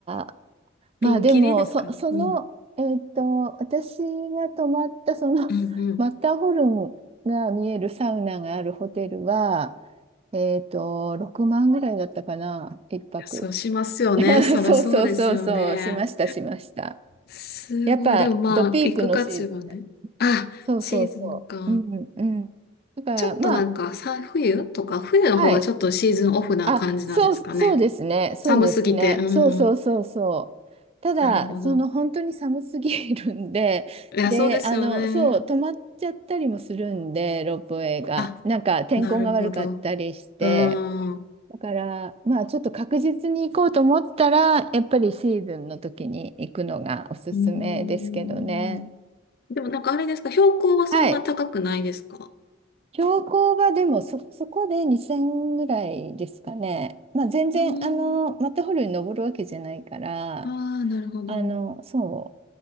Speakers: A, on the right; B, on the left.
A: ー、まあでも、
B: ピンキリですかね。
A: そ、その、
B: うん。
A: えーっと、私が泊まったそのマッター
B: うんうん。
A: <laughs> ホルンが見えるサウナがあるホテルは、えーっと、6万ぐらいだったかな、一泊。
B: そうしますよね。
A: <laughs>
B: そりゃそうですよね。
A: そうそうそうそう、しました、しました。
B: すごい。
A: やっぱ、
B: でもまあ、
A: ドピークのシーズンだ。
B: 行く価値はね。あ、
A: そうそうそう。
B: シーズンか。
A: うんうん。だから、
B: ちょっとなんか、
A: まあ、
B: さ、冬とか、冬の方がちょっとシーズンオフな感じなんですかね。
A: はい。あ、そう、そうですね。そうですね。
B: 寒すぎて。うん。
A: そうそうそうそう。ただ、
B: なるほど。
A: その本当に寒すぎるんで、
B: いや、
A: で、
B: そうですよね。
A: あの、そう、止まっちゃったりもするんで、ロープウェイが。
B: あ、
A: なんか天候が悪かったりして。
B: なるほど。うん。う
A: だから、まあ、ちょっと確実に行こうと思ったら、やっぱりシーズンの時に行くのがおすすめですけどね。
B: ーん。でもなんかあれですか、標高はそんな高くないですか
A: はい。標高はでもそ、そこで2000ぐらいですかね。まあ、全然、
B: うー
A: あの、
B: ん。
A: マッターホルンに登るわけじゃないから、
B: ああ、なるほど。
A: あの、
B: う
A: そ